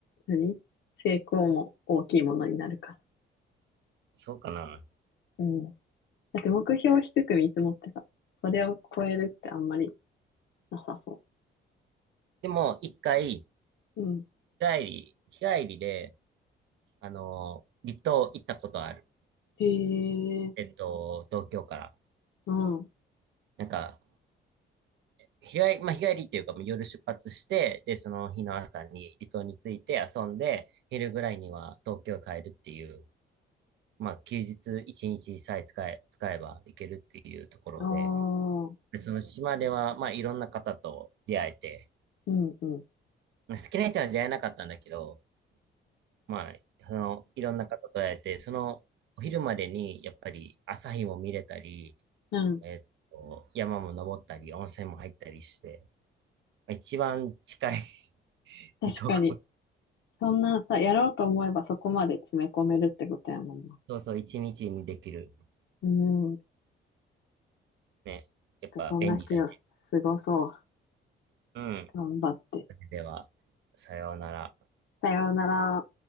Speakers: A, on the left; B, on the right.
A: 何成功も大きいものになるから。
B: そうかな。
A: うん。だって目標を低く見積もってさ、それを超えるってあんまりなさそ
B: でも一回、日
A: う。うん。
B: 帰り、日帰りで、あの、離島行ったことある。
A: へえ、
B: えっと、東京から。
A: うん。
B: なんか日帰り、まあ、日帰りっていうか、夜出発して、で、その日の朝に離島に着いて遊んで、昼ぐらいには東京帰るっていう、まあ、休日一日さえ使え、使えば行けるっていうところで、
A: ああ、
B: でその島では、まあ、いろんな方と出会えて、
A: うん、うん。
B: まあ好きな人は出会えなかったんだけど、まあ、その、いろんな方と会えて、その、お昼までに、やっぱり朝日も見れたり、
A: うん。
B: えっと、山も登ったり、温泉も入ったりして、まあ一番近い <laughs>
A: 確かに。
B: 理想か
A: そんなさ、やろうと思えばそこまで詰め込めるってことやもんな。
B: そうそう、一日にできる。
A: うん。
B: ね。やっぱ便利だね。
A: そんな日を過ごそう。
B: うん。
A: 頑張って。
B: それでは、さようなら。
A: さようなら。